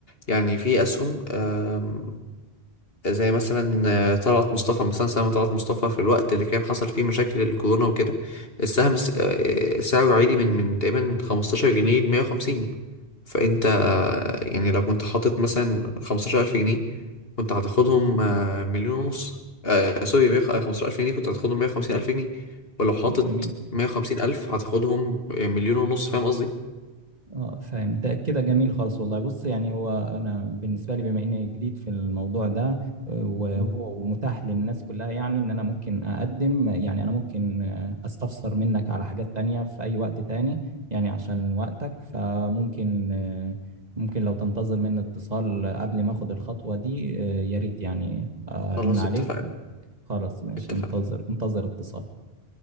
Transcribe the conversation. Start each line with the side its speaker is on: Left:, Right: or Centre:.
Left: يعني في أسهم آم، زي مثلا آه، طلعت مصطفى مثلا سهم طلعت مصطفى في الوقت اللي كان حصل فيه مشاكل الكورونا وكده السهم س- آه، سعره عالي من من تقريبا 15 جنيه ل 150 فانت آه، يعني لو كنت حاطط مثلا 15000 جنيه كنت هتاخدهم آه، مليون ونص آه سوري 100 15000 جنيه كنت هتاخدهم 150000 جنيه ولو حاطط
Right: جميل
Left: 150000 هتاخدهم آه، مليون ونص فاهم قصدي
Right: اه فهمت كده جميل خالص والله بص يعني هو انا بالنسبه لي بما اني جديد في الموضوع ده آه، وهو
Left: مم.
Right: متاح للناس كلها يعني ان انا ممكن اقدم يعني انا ممكن آه، استفسر منك على حاجات تانية في اي وقت تاني يعني عشان وقتك فممكن آه، ممكن لو تنتظر مني اتصال قبل ما اخد الخطوه دي آه، يا ريت يعني آه، ارن
Left: خلاص
Right: عليك
Left: اتفقنا
Right: خلاص ماشي
Left: اتفقنا
Right: انتظر انتظر اتصال